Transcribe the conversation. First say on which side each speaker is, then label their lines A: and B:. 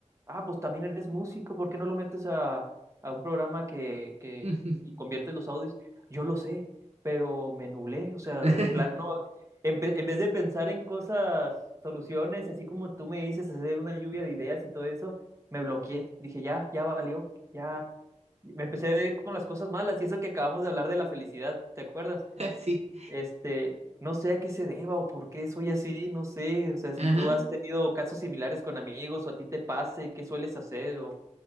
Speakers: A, on the right; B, on the right.
A: ah, pues también eres músico, ¿por qué no lo metes a, a un programa que, que
B: <laughs> ujú.
A: y conviertes los audios? Yo lo sé, pero me nublé, o sea,
B: <laughs>
A: de plano, en, en vez de pensar en cosas, soluciones, así como tú me dices, hacer una lluvia de ideas y todo eso, me bloqueé. Dije, ya, ya valió, ya. Me empecé con las cosas malas y eso que acabamos de hablar de la felicidad, ¿te acuerdas?
B: Sí.
A: Este, no sé a qué se deba o por qué soy así, no sé. O sea, si
B: Ajá.
A: tú has tenido casos similares con amigos o a ti te pase, ¿qué sueles hacer o,